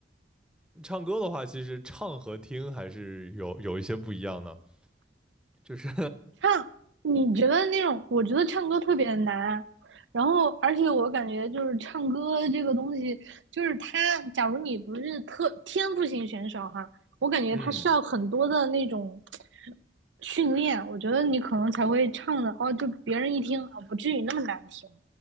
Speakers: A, in the centre; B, on the right (about 80°).
A: 唱歌的话，其实唱和听还是有有一些不一样的，就是
B: 唱，你觉得那种？我觉得唱歌特别难，然后而且我感觉就是唱歌这个东西，就是他，假如你不是特天赋型选手哈，我感觉他需要很多的那种
A: 嗯。
B: 训练，我觉得你可能才会唱的哦，就别人一听啊，不至于那么难听。